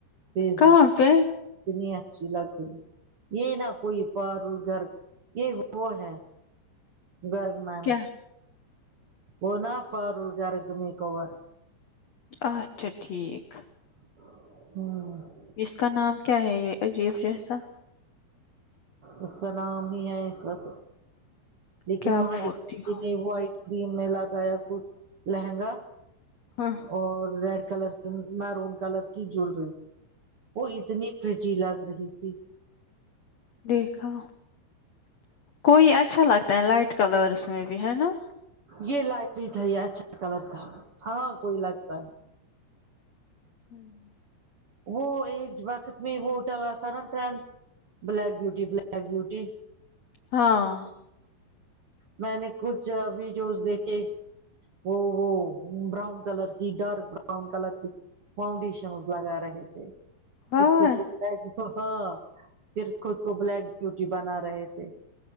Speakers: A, on the right; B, on the left.
A: فیس
B: کہاں
A: بک
B: پہ
A: اتنی اچھی لگتی یہ نہ کوئی پارل گرگ یہ وہ ہے گرگ میں
B: کیا
A: وہ نہ پارول گرک میک اوور
B: اچھا ٹھیک
A: ہ
B: اس کا نام کیا ہے یہ عجیب جیسا
A: اس کا نام ہی ہے ایسا تو لیکن
B: کیا
A: وہاں
B: بولتی
A: ایک لڑکی
B: ہو
A: نے وائٹ کریم میں لگایا کچھ لہنگا
B: ہاں
A: اور ریڈ کلر کی میرون کلر کی جولری وہ اتنی پریٹی لگ رہی تھی
B: دیکھا کوئی اچھا لگتا ہے لائٹ کلرس میں بھی ہے نا
A: یہ لائٹ ہی تھا یہ اچھا کلر تھا ہاں کوئی لگتا ہے
B: <inaudible>
A: وہ ایک وقت میں وہٹل آ تھا نا trend black beauty black beauty
B: ہاں
A: میں نے کچھ ویڈیوز دیکھیں ہو ہو براؤن کلر کی ڈارک براؤن کلر کی فاؤنڈیشنز لگا رہے تھے
B: ہاں
A: پھر خود کو بلیک ہاں پھر خود کو بلیک بیوٹی بنا رہے تھے